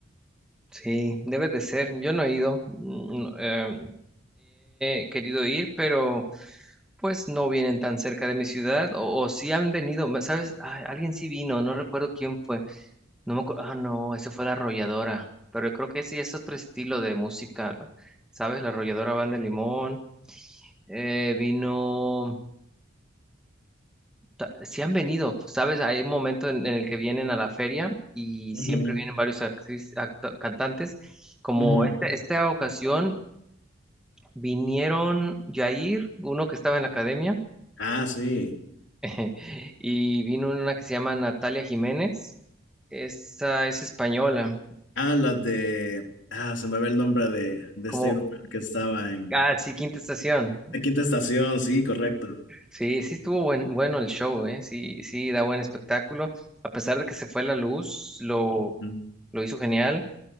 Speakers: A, in the centre; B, on the left (about 60°).
A: Sí, debe de ser. Yo no he ido, mm, no, eh, he querido ir, pero pues no vienen tan cerca de mi ciudad, o, o sí han venido, ¿sabes? Ah, alguien sí vino, no recuerdo quién fue No me acuerdo. Ah, no, ese fue La Arrolladora. Pero yo creo que sí es otro estilo de música, ¿no? ¿sabes? La Arrolladora Banda de Limón. eh, vino. ta- Sí han venido, ¿sabes? Hay un momento en, en el que vienen a la feria y
B: Ujú,
A: siempre vienen varios actriz- acto- cantantes. Como
B: ujú.
A: este- esta ocasión vinieron Jair, uno que estaba en la academia,
B: Ah, sí.
A: <laughs> y vino una que se llama Natalia Jiménez. Esa es española.
B: Ah, las de... Ah, se me ve el nombre de, de
A: Como.
B: este grupo que estaba en...
A: Ah, sí, Quinta Estación.
B: La Quinta Estación, sí, correcto.
A: Sí, sí estuvo buen, bueno el show, ¿eh? Sí, sí, da buen espectáculo. A pesar de que se fue la luz, lo,
B: Ujú.
A: lo hizo genial.